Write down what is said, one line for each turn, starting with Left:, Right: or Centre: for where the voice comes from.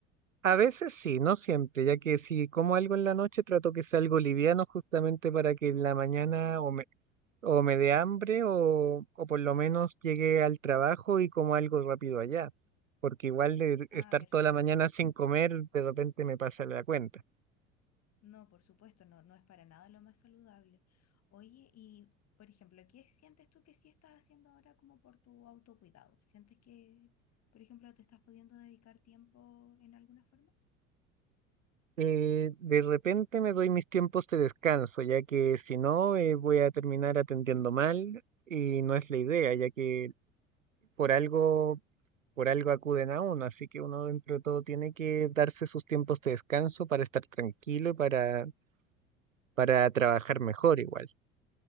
Right: A veces sí, no siempre, ya que si como algo en la noche trato que sea algo liviano justamente para que en la mañana o me, o me dé hambre o, o por lo menos llegue al trabajo y como algo rápido allá, porque igual de
Left: Ah,
Right: estar
Left: perfecto.
Right: toda la mañana sin comer de repente me pasa la cuenta.
Left: No, por supuesto, no, no es para nada lo más saludable. Oye, y por ejemplo, ¿qué sientes tú que sí estás haciendo ahora como por tu autocuidado? ¿Sientes que, por ejemplo, te estás pudiendo dedicar tiempo en alguna forma?
Right: Eh, de repente me doy mis tiempos de descanso, ya que si no eh, voy a terminar atendiendo mal y no es la idea, ya que por algo por algo acuden a uno, así que uno dentro de todo tiene que darse sus tiempos de descanso para estar tranquilo y para, para trabajar mejor igual.